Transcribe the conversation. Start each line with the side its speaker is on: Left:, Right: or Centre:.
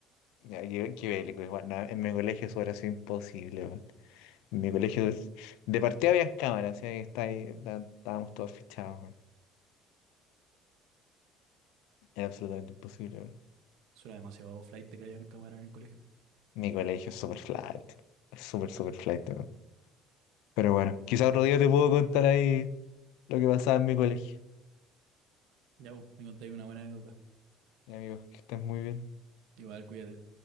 Left: Ya, qué, qué bélico. igual. No, en mi colegio eso hubiera sido imposible, weón. En mi colegio es- de partida había cámaras, así que está ahí, está- estábamos todos fichados, weón. Era absolutamente imposible,
Right: Suena demasiado flight que hayan cámara en el colegio.
Left: Mi colegio es súper flight. Es súper, súper flight, weón. Pero bueno, quizá otro día te puedo contar ahí lo que pasaba en mi colegio.
Right: Ya vos, me contáis una buena anécdota.
Left: Y amigos, que estés muy bien.
Right: Igual, cuídate.